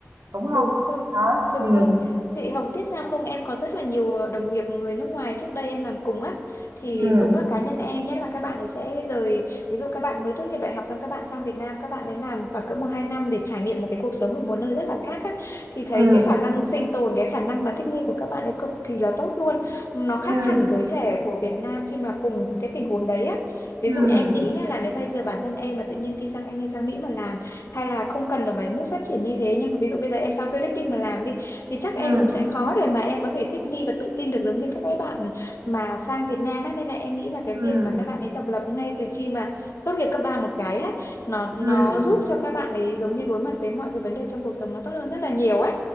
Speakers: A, on the right (about 70°); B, on the left (about 60°).
A: Đúng không
B: Đúng rồi,
A: Đó,
B: đúng
A: ừ
B: rồi. Chị Hồng biết sao không, em có rất là nhiều ờ, đồng nghiệp người nước ngoài trước đây em làm cùng á. Thì
A: ừ
B: đúng là cá nhân em nhất là các bạn ấy sẽ rời, ví dụ các bạn mới tốt nghiệp đại học xong các bạn sang Việt Nam, các bạn ấy làm khoảng cỡ một hai năm để trải nghiệm một cái cuộc sống ở một nơi rất là khác á. Thì thấy
A: ừ
B: cái khả năng sinh tồn, cái khả năng mà thích nghi của các bạn ấy cực kỳ là tốt luôn. Nó khác
A: ừ
B: hẳn giới trẻ của Việt Nam khi mà cùng cái tình huống đấy á. Ví
A: ừ
B: dụ em nghĩ nhá, là nếu bây giờ bản thân em mà tự nhiên đi sang Anh hay sang Mỹ mà làm hay là không cần là phải nước phát triển như thế nhưng mà ví dụ bây giờ em sang Philippines mà làm đi thì chắc em
A: ừ
B: cũng sẽ khó để mà em có thể thích nghi và tự tin được giống như các cái bạn mà sang Việt Nam ấy. Nên là em nghĩ là cái
A: ừ
B: việc mà các bạn ấy độc lập ngay từ khi mà tốt nghiệp cấp ba một cái á nó
A: ừ
B: nó giúp cho các bạn ấy giống như đối mặt với mọi cái vấn đề trong cuộc sống nó tốt hơn rất là nhiều ấy